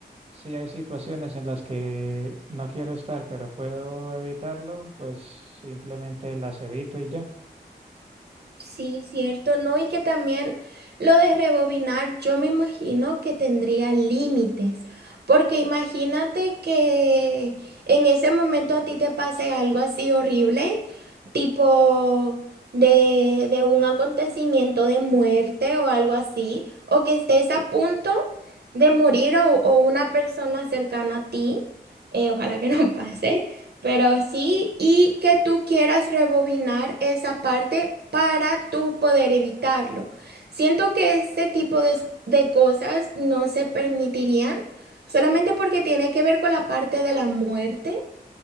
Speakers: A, on the right; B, on the right.
A: si hay situaciones en las que no quiero estar, pero puedo evitarlo, pues simplemente las evito y ya.
B: Sí, cierto, ¿no? Y que también lo de rebobinar, yo me imagino que tendría límites, porque imagínate que en ese momento a ti te pase algo así horrible, tipo de, de un acontecimiento de muerte o algo así, o que estés a punto de morir o, o una persona cercana a ti, eh, ojalá que no <laughs> pase. Pero sí, y que tú quieras rebobinar esa parte para tú poder evitarlo. Siento que ese tipo de, de cosas no se permitirían solamente porque tiene que ver con la parte de la muerte.